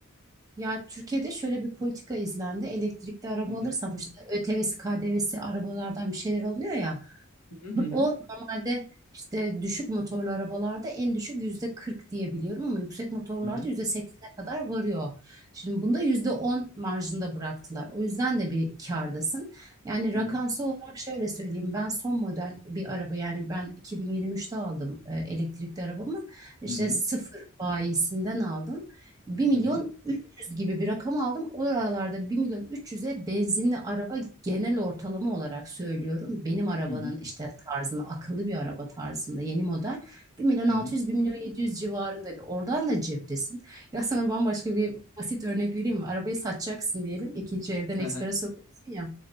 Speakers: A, on the right; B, on the left.
A: Ya Türkiye'de şöyle bir politika izlendi. Elektrikli araba
B: Hı
A: alırsam
B: hı
A: işte ÖTV'si, KDV'si arabalardan bir şeyler alınıyor ya.
B: hı hı
A: O normalde işte düşük motorlu arabalarda en düşük yüzde 40 diye biliyorum ama yüksek motorlarda
B: hı hı
A: yüzde 80'e kadar varıyor. Şimdi bunda yüzde 10 marjında bıraktılar. O yüzden de bir kârdasın. Yani
B: hı
A: rakamsal olarak şöyle söyleyeyim. Ben son model bir araba yani ben 2023'te aldım e, elektrikli arabamı. İşte
B: hı hı hı.
A: sıfır bayisinden aldım. Bir milyon
B: hı
A: yüz gibi bir rakam aldım. O aralarda 1 milyon 300'e benzinli araba genel ortalama olarak söylüyorum. Benim arabanın
B: Hı hı.
A: işte tarzında akıllı bir araba tarzında yeni model 1 milyon 600
B: Hı hı.
A: 1 milyon 700 civarındaydı. Oradan da ceptesin. Ya sana bambaşka bir basit örnek vereyim mi? Arabayı satacaksın diyelim. İkinci evden ekspere
B: Hı hı.
A: sokuyorsun ya.